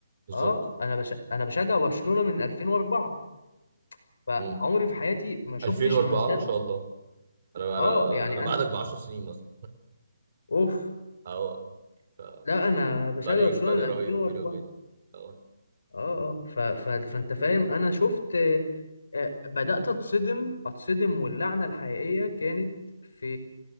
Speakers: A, on the right; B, on the left.
A: بالظبط
B: اه انا بش... انا بشجع برشلونة من 2004 فعمري
A: مم.
B: في حياتي ما شفتش
A: 2004
B: مهزلة
A: ما شاء الله انا
B: اه
A: انا
B: يعني
A: انا بعدك
B: انا
A: ب 10 سنين مثلا
B: اوف
A: اه ف-
B: لا انا بشجع
A: فرق
B: برشلونة
A: فرق
B: من
A: رهيب
B: 2004
A: بيني وبينك اه
B: اه اه ف... ف... فانت فاهم انا شفت آه، آه، بدأت اتصدم اتصدم واللعنة الحقيقية كانت في